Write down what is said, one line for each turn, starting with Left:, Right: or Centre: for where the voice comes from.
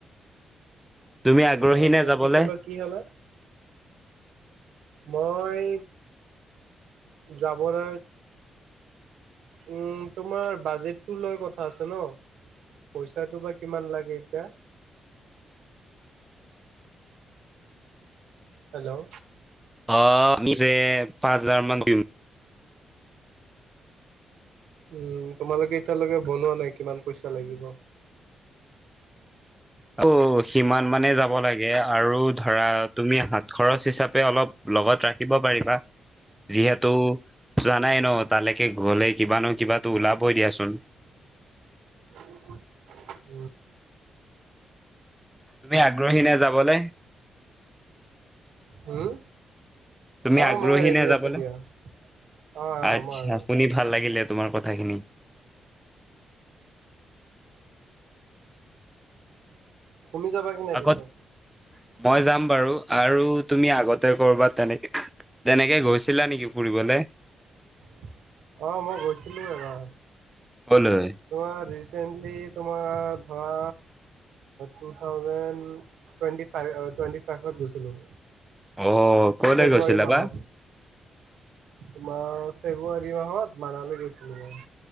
Centre: তুমি আগ্ৰহী
Right: আহ
Centre: নে
Right: ত
Centre: যাবলে?
Right: পিছেলৈ কি হলে? মই যাবলৈ উম তোমাৰ বাজেটটো লৈ কথা আছে ন? পইচাটো বা কিমান লাগে এতিয়া। হেল্ল'!
Centre: অ' নিজে পাঁচ হাজাৰ মান দিম।
Right: উম তোমালোকে এতিয়ালৈকে বনোৱা নাই কিমান পইচা লাগিব?
Centre: অ' সিমান মানে যাব লাগে আৰু ধৰা তুমি হাত খৰচ হিচাপে অলপ লগত ৰাখিব পাৰিবা। যিহেতু জানাই ন তালৈকে গ'লে কিবা ন কিবা ওলাবই দিয়াচোন।
Right: <inaudible>
Centre: তুমি আগ্ৰহী নে যাবলে?
Right: হম
Centre: তুমি
Right: অ
Centre: আগ্ৰহী
Right: মই ৰেডি
Centre: নে যাবলে?
Right: আছো দিয়া অ অ
Centre: আচ্ছা,
Right: মই
Centre: শুনি ভাল লাগিলে। তোমাৰ কথাখিনি।
Right: তুমি যাবা কি নাই
Centre: আগত
Right: পিছে?
Centre: মই যাম বাৰু আৰু তুমি আগতে ক'ৰবাত তেনেকে তেনেকে গৈছিলা নেকি ফুৰিবলে?
Right: <inaudible> অ মই গৈছিলো এবাৰ
Centre: কলৈ
Right: তোমাৰ ৰিচেন্টলি তোমাৰ ধৰা two thousand twenty five twenty ফাইভত গৈছিলোঁ।
Centre: অ ক'লে
Right: ফেব্ৰুৱাৰী
Centre: গৈছিলা
Right: মাহত
Centre: বা?
Right: তোমাৰ ফেব্ৰুৱাৰী মাহত মানালী গৈছিলো মই।